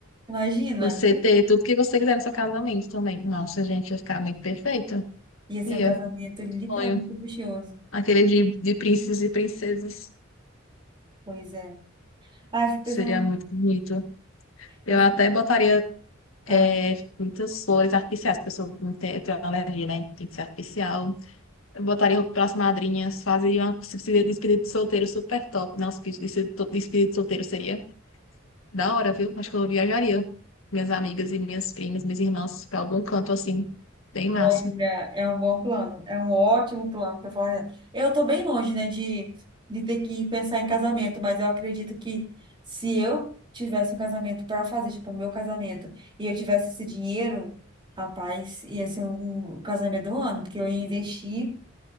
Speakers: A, on the right; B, on the left.
A: Imagina.
B: Você ter tudo que você quiser no seu casamento também. Nossa, gente, ia ficar muito perfeito.
A: Ia
B: Ia,
A: ser um casamento literalmente
B: sonho.
A: luxuoso.
B: Aquele de, de príncipes e princesas.
A: Pois é. Ah, eu fico
B: Seria
A: pensando.
B: muito bonito. Eu
A: eu fico-
B: até botaria
A: ah,
B: é, muitas flores artificiais, porque eu, sou, não tenho- eu tenho uma alergia, né? Tem que ser artificial. Eu botaria roupa para as madrinhas, fazeria uma se precisa de espírito solteiro super top. Não, se precisa de de espírito solteiro seria da hora, viu? Acho que eu viajaria. Minhas amigas e minhas primas, minhas irmãs, para algum canto assim. Bem massa.
A: Olha, é um bom plano, é um ótimo plano para falar. Eu estou bem longe, né, de, de ter que pensar em casamento, mas eu acredito que se eu tivesse um casamento para fazer, tipo, o meu casamento, e eu tivesse esse dinheiro, rapaz, ia ser um, um casamento do ano, porque eu ia investir.